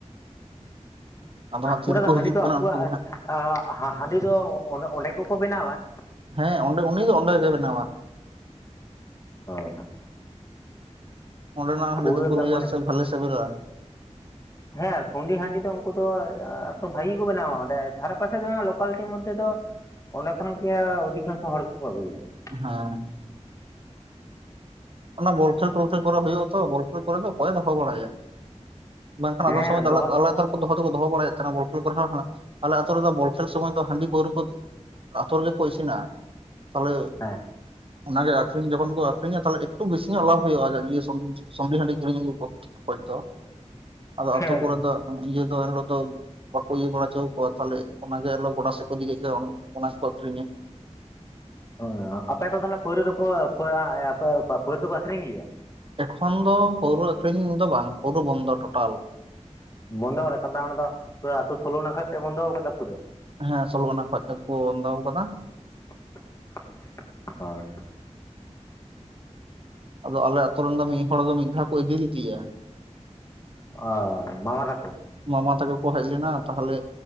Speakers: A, on the right; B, on the left.
A: ᱟᱫᱚ ᱦᱟᱸᱜ ᱛᱤᱨᱮ
B: ᱚᱸᱰᱮ
A: ᱠᱚ
B: ᱫᱚ ᱦᱟᱺᱰᱤ
A: ᱦᱤᱡᱩᱜ
B: ᱫᱚ
A: ᱠᱟᱱᱟ
B: ᱟᱠᱚᱣᱟᱜ
A: ᱩᱱᱠᱩ ᱜᱮ ᱦᱟᱸᱜ
B: ᱟ ᱦᱟ-ᱦᱟ ᱦᱟᱺᱰᱤ ᱫᱚ ᱚᱸᱰᱮ, ᱚᱸᱰᱮ ᱠᱚᱠᱚ ᱵᱮᱱᱟᱣᱟ?
A: ᱦᱮᱸ, ᱚᱸᱰᱮ ᱩᱱᱤ ᱜᱮ ᱚᱸᱰᱮ ᱜᱮᱭ ᱵᱮᱱᱟᱣᱟ ᱾
B: ᱚᱭ-ᱦᱟᱸᱜ ᱾
A: ᱚᱸᱰᱮ ᱱᱟᱜ ᱦᱟᱺᱰᱤ
B: ᱯᱩᱨᱟᱹ
A: ᱫᱚᱠᱚ
B: ᱛᱟᱨ
A: ᱞᱟᱹᱭᱟ
B: ᱢᱟᱱᱮ
A: ᱥᱮ ᱵᱷᱟᱞᱮᱹ ᱥᱮᱹᱵᱮᱹᱞᱟ ᱾
B: ᱦᱮᱸ ᱥᱩᱸᱰᱤ ᱦᱟᱺᱰᱤ ᱫᱚ ᱩᱱᱠᱩ ᱫᱚ ᱮ ᱟ ᱵᱷᱟᱜᱮᱹ ᱠᱚ ᱵᱮᱱᱟᱣᱟ ᱚᱸᱰᱮ ᱫᱷᱟᱨᱮ ᱯᱟᱥᱮ ᱫᱚ ᱞᱳᱠᱟᱞᱴᱤ ᱢᱚᱫᱽᱫᱷᱮ ᱫᱚ ᱚᱸᱰᱮ ᱠᱷᱚᱱᱟᱜ ᱜᱮ ᱚᱫᱷᱤᱠᱟᱝᱥᱚ ᱦᱚᱲ ᱠᱚᱠᱚ ᱟᱹᱜᱩᱭᱟ ᱾
A: ᱦᱮᱸ ᱾ ᱚᱱᱟ ᱵᱚᱠᱷᱮᱹᱞ ᱛᱚᱞᱠᱷᱮᱹᱞ ᱠᱚᱨᱮ ᱦᱳᱭᱳᱜᱼᱟ ᱛᱚ ᱵᱚᱞᱠᱷᱮᱹᱞ ᱠᱚᱨᱮ ᱫᱚ ᱚᱠᱚᱭᱮ ᱫᱚᱦᱚ ᱵᱟᱲᱟᱭᱟ ᱾ ᱵᱟᱝᱠᱷᱟᱱ
B: ᱦᱮᱸ
A: ᱟᱞᱟᱫᱟ ᱥᱚᱢᱚᱭ ᱫᱚ
B: ᱫᱚᱦᱚ
A: ᱟᱞᱮ-ᱟᱞᱮᱟᱛᱳ ᱨ ᱫᱚᱦᱚ ᱫᱚᱠᱚ ᱫᱚᱦᱚ ᱵᱟᱲᱟᱭᱮᱜ ᱛᱟᱦᱮᱱᱟ ᱵᱚᱞᱠᱷᱮᱹᱞ ᱠᱚᱨᱮ ᱦᱚᱸ ᱦᱟᱸ ᱟᱞᱮ ᱟᱛᱳ ᱨᱮᱫᱚ ᱵᱚᱞᱠᱦᱮᱹᱞ ᱥᱚᱢᱚᱭ ᱫᱚ ᱦᱟᱺᱰᱤ ᱯᱟᱹᱣᱨᱟᱹ ᱠᱚ ᱟᱛᱳ ᱨᱮᱜᱮ ᱠᱚ ᱤᱥᱤᱱᱟ ᱛᱟᱞᱦᱮ
B: ᱦᱮᱸ
A: ᱚᱱᱟᱜᱮ ᱟᱠᱷᱨᱤᱧ ᱡᱚᱠᱷᱚᱱ ᱠᱚ ᱟᱠᱷᱨᱤᱧᱟ ᱛᱟᱞᱦᱮ ᱮᱠᱴᱩ ᱵᱤᱥᱤ ᱧᱚᱜ ᱞᱟᱵᱷ ᱦᱳᱭᱳᱜᱼᱟ ᱥᱩᱱ, ᱥᱩᱰᱤ ᱦᱟᱺᱰᱤ ᱠᱤᱨᱤᱧ ᱟᱹᱜᱩ ᱠᱚ ᱠᱷᱚᱡ ᱫᱚ ᱾ ᱟᱫᱚ ᱟᱛᱳ
B: ᱦᱮᱸ
A: ᱠᱚᱨᱮ ᱫᱚ ᱤᱭᱟᱹ ᱫᱚ ᱮᱱᱦᱤᱞᱳᱜ ᱫᱚ ᱵᱟᱠᱚ ᱤᱭᱟᱹ ᱵᱟᱲᱟ ᱦᱚᱪᱚ ᱟᱠᱚᱣᱟ ᱛᱟᱞᱦᱮ ᱮ ᱚᱱᱟᱜᱮ ᱜᱚᱰᱟ ᱥᱮᱜ ᱠᱚ ᱤᱫᱤ ᱠᱮᱜ ᱜᱮ ᱚᱱᱟ ᱜᱮᱠᱚ ᱟᱹᱷᱨᱤᱧᱟ ᱾
B: ᱚ, ᱟᱯᱮ ᱛᱚ ᱛᱟᱦᱞᱮ ᱯᱳᱣᱨᱟ. ᱫᱚᱠᱚ ᱚ ᱟ ᱯᱚ ᱟ ᱯᱟ ᱟ ᱯᱟ ᱟ ᱯᱟᱹᱣᱨᱟ. ᱫᱚᱠᱚ ᱟᱹᱠᱷᱨᱤᱧ ᱜᱮᱭᱟ ᱾
A: ᱮᱠᱷᱚᱱ ᱫᱚ ᱯᱟᱹᱣᱨᱟ. ᱟᱹᱷᱨᱤᱧ ᱫᱚ ᱵᱟᱝ ᱠᱚᱫᱚ ᱵᱚᱱᱫᱚ ᱴᱳᱴᱟᱞ ᱾
B: ᱵᱚᱱᱫᱚ ᱠᱟᱫᱟ ᱚᱱᱟ ᱫᱚ ᱯᱩᱨᱟᱹ ᱟᱛᱳ ᱥᱳᱞᱳᱱᱟ ᱠᱷᱚᱡᱯᱮ ᱵᱚᱱᱫᱚ ᱟᱠᱟᱫᱟ ᱯᱩᱨᱟᱹ?
A: ᱦᱮᱸ, ᱥᱳᱞᱳ ᱚᱱᱟ ᱠᱷᱚᱡ ᱛᱮ ᱠᱚ ᱵᱚᱱᱫᱚ ᱟᱠᱟᱫᱟ ᱾
B: ᱴᱷᱚᱜ-ᱴᱷᱟᱜ-ᱴᱷᱚᱜ-ᱴᱷᱟᱜ ᱴᱷᱚᱜ ᱦᱚᱭ ᱾
A: ᱟᱫᱚ ᱟᱞᱮ ᱟᱛᱳ ᱨᱮᱱ ᱫᱚ ᱢᱤᱫ ᱦᱚᱲ ᱫᱚ ᱢᱤᱫ ᱫᱷᱟᱣ ᱠᱚ ᱤᱫᱤᱞᱤᱫᱤᱭᱟ ᱾
B: ᱟ ᱢᱟᱢᱟ ᱛᱟᱠᱚ ᱾
A: ᱢᱟᱢᱟ ᱛᱟᱠᱚ ᱠᱚ ᱦᱮᱡᱞᱮᱱᱟ ᱛᱟᱦᱞᱮ